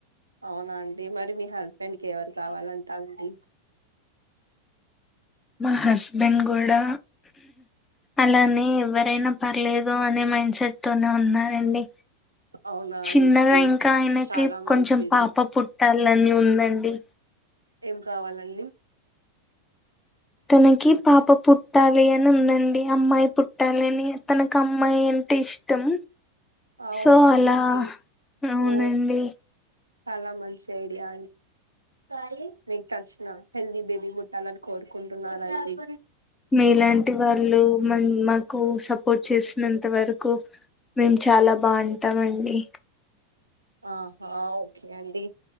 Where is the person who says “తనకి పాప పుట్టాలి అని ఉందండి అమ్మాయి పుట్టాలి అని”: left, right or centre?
Left